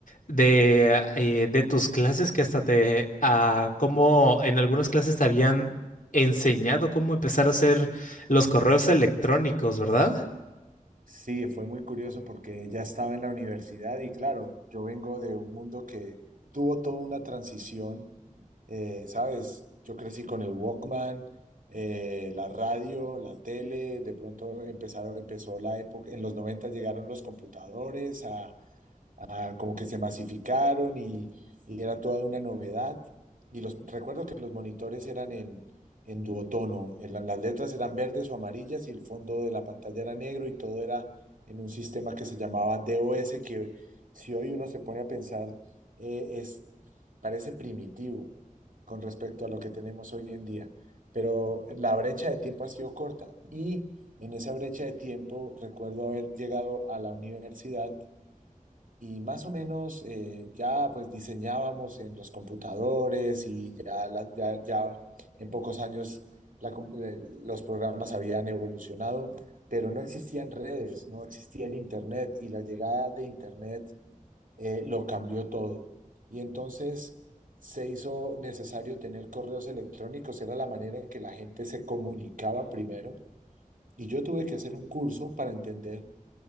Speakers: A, on the left; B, on the right.
A: de, eh, de tus clases que hasta te, ah, cómo en algunas clases te habían enseñado cómo empezar a hacer los correos electrónicos, ¿verdad?
B: Sí, fue muy curioso porque ya estaba en la universidad y claro, yo vengo de un mundo que tuvo toda una transición, eh, ¿sabes? Yo crecí con el Walkman, eh, la radio, la tele, de pronto empezaron, empezó la época, en los 90 llegaron los computadores a ah, como que se masificaron y, y era toda una novedad. Y los, recuerdo que los monitores eran en, en duotono, en la- las letras eran verdes o amarillas y el fondo de la pantalla era negro y todo era en un sistema que se llamaba DOS, que si hoy uno se pone a pensar, eh, es, parece primitivo con respecto a lo que tenemos hoy en día. Pero la brecha de tiempo ha sido corta y en esa brecha de tiempo recuerdo haber llegado a la universidad y más o menos eh, ya pues diseñábamos en los computadores y ya, la- ya, ya en pocos años la com- eh, los programas habían evolucionado, pero no existían redes, no existía el Internet y la llegada de Internet eh, lo cambió todo. Y entonces se hizo necesario tener correos electrónicos, era la manera en que la gente se comunicaba primero. Y yo tuve que hacer un curso para entender